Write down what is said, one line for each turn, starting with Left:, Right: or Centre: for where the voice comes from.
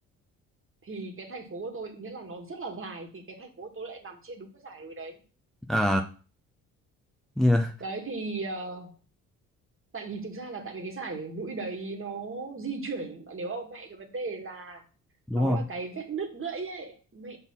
Right: thì cái thành phố của tôi nghĩa là nó rất là dài thì cái thành phố của tôi lại nằm trên đúng cái dải núi đấy
Centre: ờ như
Right: đấy thì ờ, tại vì thực ra là tại vì cái sải mũi đấy nó di chuyển bạn hiểu không mẹ cái vấn đề là
Centre: đúng
Right: nó
Centre: rồi
Right: là cái vết nứt gãy ấy mẹ